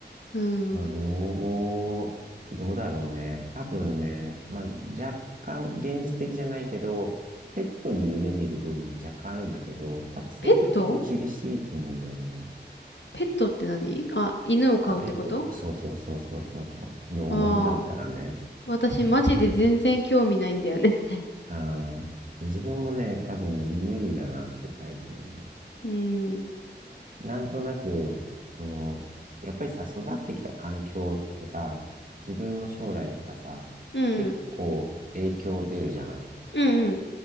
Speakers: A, on the left (about 85°); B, on the right (about 50°).
A: うん。
B: まあ、老後、どうだろうね。多分ね、まあ、若干現実的じゃないけど、ペットに夢見る部分も若干あるんだけど、多分性格的に厳しいと思うんだよね。
A: ペットペットって何あ、犬を飼うってこと
B: あ、ペット、そうそうそうそうそうそう、老後になったらね。
A: ああー、私マジで全然興味ないんだよね。<laughs>
B: ああで自分もね、多分ね、無理だなって最近思
A: うん。
B: う。なんとなく、その、やっぱりさ、育ってきた環境ってさ、自分の将来とかさ、
A: うん。
B: 結構影響出るじゃない。
A: うんうん。